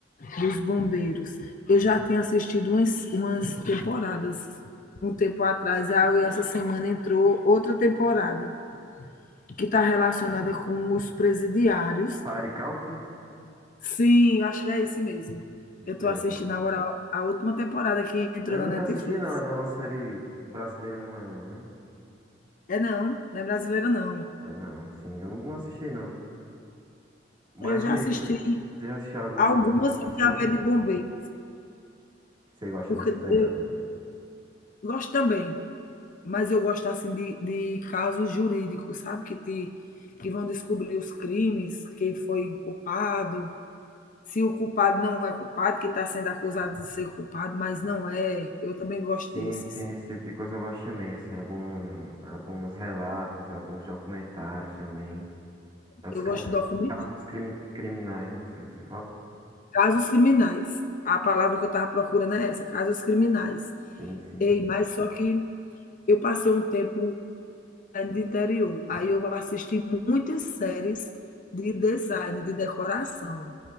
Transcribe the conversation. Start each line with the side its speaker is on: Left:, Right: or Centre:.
Left: dos bombeiros. Eu já tinha assistido umas, umas temporadas um tempo atrás, aí essa semana entrou outra temporada, que está relacionada com os presidiários.
Right: Fire Country?
Left: Sim, eu acho que é esse mesmo.
Right: Acho
Left: Eu estou
Right: que é
Left: assistindo
Right: esse.
Left: agora a última temporada que entrou
Right: Eu
Left: na
Right: nunca
Left: Netflix.
Right: assisti não, ela é uma série brasileira, não é não, né?
Left: É não, não é brasileira não.
Right: É, não, sim, eu não não assisti não. Mas
Left: Eu já
Right: e aí,
Left: assisti
Right: você você já assistiu algum,
Left: algumas
Right: alguma outra
Left: que
Right: série?
Left: tem a ver de bombeiro,
Right: Você gosta
Left: porque
Right: dessa
Left: eu
Right: pegada, né?
Left: gosto também, mas eu gosto assim de, de casos jurídicos, sabe? Que, te, que vão descobrir os crimes, quem foi o culpado, se o culpado não é culpado, que está sendo acusado de ser culpado, mas não é. Eu também gosto
Right: Sim,
Left: desses.
Right: sim, esse tipo de coisa eu gosto também, assim, algum, alguns relatos, alguns documentários também. É Os
Left: Eu
Right: casos,
Left: gosto de documentar.
Right: casos crimi- criminais, né? que Você, você fala?
Left: Casos criminais. A palavra que eu estava procurando é essa, casos criminais.
Right: Sim, sim,
Left: Ei, mas só que eu passei um tempo é de interior. Aí eu assisti muitas séries de design, de decoração,